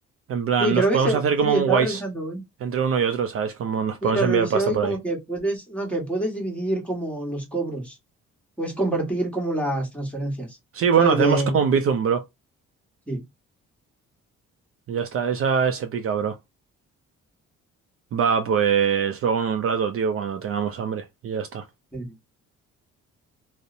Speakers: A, on the right (about 50°); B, in the centre.
A: En plan,
B: Sí,
A: nos
B: creo
A: podemos
B: que se...
A: hacer
B: Sí,
A: como
B: estaba
A: un Wise
B: revisando hoy.
A: entre uno y otro, ¿sabes? Como nos podemos
B: Sí, lo
A: enviar
B: revisé
A: pasta
B: hoy
A: por
B: como
A: ahí.
B: que puedes... No, que puedes dividir como los cobros. Puedes compartir como las transferencias,
A: Sí, bueno,
B: ¿sabes?
A: hacemos
B: De...
A: como un Bizum, bro.
B: Sí.
A: Ya está, esa es épica, bro. Va, pues luego en un rato, tío, cuando tengamos hambre. Y ya está.
B: de-